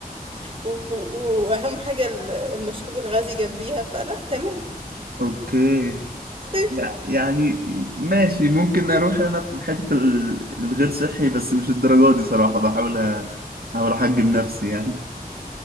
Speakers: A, on the right (about 35°); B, on the right (about 80°).
A: و- و- وأهم حاجة ال- المشروب الغازي جنبيها فلا تمام
B: اوكي
A: <laughs>
B: يع- يعني ماشي ممكن اروح انا في حتة ال- الغير صحي بس مش الدرجة دي صراحة بحاول أ- احاول احجم نفسي يعني